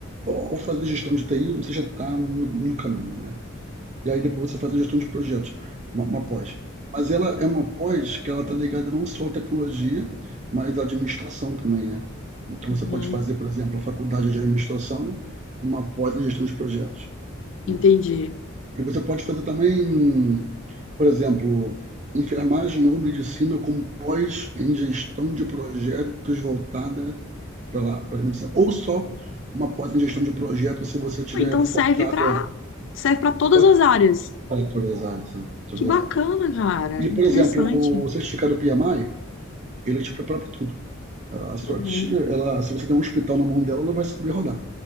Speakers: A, on the right (about 35°); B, on the left (about 60°).
A: ao fazer gestão de TI, você já está no, no caminho, né? E aí depois você faz a gestão de projetos, uma, uma pós. Mas ela é uma pós que ela está ligada não só à tecnologia, mas à administração também, né? Então
B: Uhum,
A: você pode fazer, por exemplo, a faculdade de administração e uma pós em gestão de projetos, né?
B: entendi.
A: E você pode fazer também, por exemplo, enfermagem ou medicina com pós em gestão de projetos voltada para lá, para medicina, ou só uma pós em gestão de projetos se você tiver
B: Ah, Então
A: focada
B: serve para serve para todas
A: para
B: as áreas.
A: todas as áreas, sim, todas
B: Que bacana,
A: as áreas.
B: cara.
A: E,
B: Interessante.
A: por exemplo, o certificado PMI, ele te prepara para tudo. A sua
B: Uhum,
A: tia, ela, se você der um hospital na mão dela, ela vai saber rodar.